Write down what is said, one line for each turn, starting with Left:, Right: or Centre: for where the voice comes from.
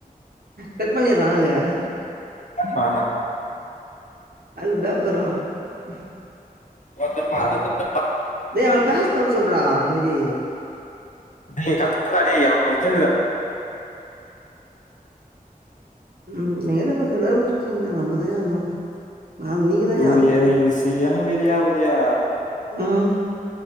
Right: கட் பண்ணிர்றா ஆளு
Left: ஆ
Right: அது பயப்பட்றா ம்
Left: ஆ
Right: டேய் அவள பேச சொல்ல சொல்றா அந்த மாரி
Left: டேய் கத்துக்குங்கடா டேய் அவே <unintelligible>
Right: ம் நீயேதா இப்ப <unintelligible> முட்ச் ட்ட இங்க நம்பதாயா இன்னு நா நீங்கதாயா
Left: யோ ஏன்னா இது செரியான வெறி ஆவுதுயா
Right: ம்